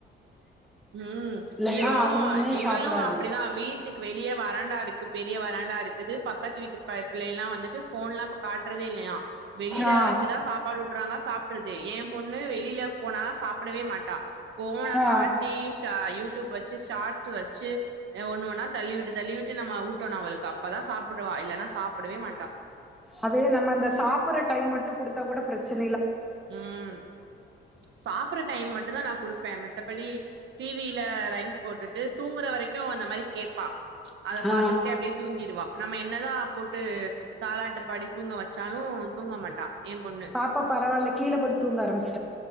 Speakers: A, on the right; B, in the centre.
A: ம்
B: இல்லன்னா
A: இவளும்
B: அதுவுமே
A: இவளும்
B: சாப்புடாது
A: அப்டி தா வீட்டுக் வெளிய வராண்டாருக்கு பெரிய வராண்டா இருக்குது பக்கத்து வீட்டு ப பிள்ளயெல்லா வந் வந்துட்டு ஃபோன்லா பா காட்டுறதே இல்லையா வெளில
B: ஆ
A: வச்சுதா சாப்பாடு ஊட்றாங்க சாப்டுறுது எ பொண்ணு வெளில போனா தா சாப் டமட்டா ஃபோன
B: ஆ
A: காட்டி ஷா யூடியூப் வச்சு ஷார்ட்ஸ் வச் சு ஒன்னு ஒன்னா தள்ளி விட்டு தள்ளி விட்டு நம்ம ஊட்டணும் அவளுக்கு அப்ப தா சாப்டுவா இல்லனா சாப்டவே மாட்டா
B: அது நம்ம இந்த சாப்புடற டைம் மட்டும் குடுத்தா கூட பிரச்சன்
A: ம் சாப்பற டைம் மட்டும் தா நா குடுப்ப மத்தபடி டி வி ல ரைம்ஸ் போட்டுட்டு தூங்குற வரைக்கும் அந்த மாரி கேப்பா அத
B: ஆ
A: பாத்துகிட்டே அப்டியே தூங்கிடுவா நம்ம என் என்னதா போட்டு தாலாட்டு பாடி தூங்க வச்சாலும் தூங்க மாட்டா ஏ பொண்ணு
B: பாப்பா பரவால இப் கீழப்படுத் தூங்க ஆரம்பிச்